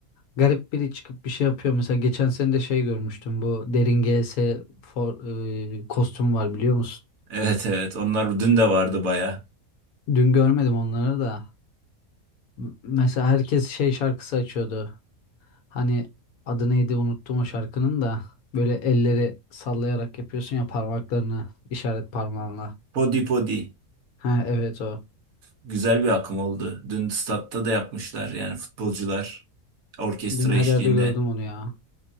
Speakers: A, on the left; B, on the right.
A: garip biri çıkıp bir şey yapıyor. Mesela geçen sene de şey görmüştüm. Bu Derin GS for, e, kostüm var biliyor musun?
B: Evet evet onlar dün de vardı baya.
A: Dün görmedim onları da. M- Mesela herkes şey şarkısı açıyordu. Hani adı neydi unuttum o şarkının da. Böyle elleri sallayarak yapıyorsun ya parmaklarını işaret parmağınla.
B: Podi podi.
A: Ha evet o.
B: güzel bir akım oldu. Dün statta da yapmışlar yani futbolcular orkestra
A: Dün her
B: eşliğinde.
A: yerde gördüm onu ya.